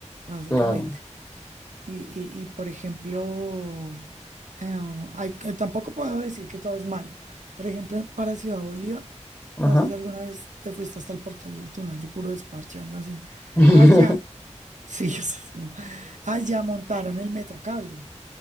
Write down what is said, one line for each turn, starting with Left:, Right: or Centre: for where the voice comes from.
Right: básicamente.
Left: Claro.
Right: Y, y- y, por ejemplo, eh, hay- eh, tampoco puedo decir que todo es malo. Por ejemplo, para Ciudad Bolívar,
Left: Ajá.
Right: no sé si alguna vez te fuiste hasta el portal del túnel de Puro Desparche o algo así.
Left: <laughs>
Right: Allá, sí, <laughs> o sea, es como- allá montaron el metro cable,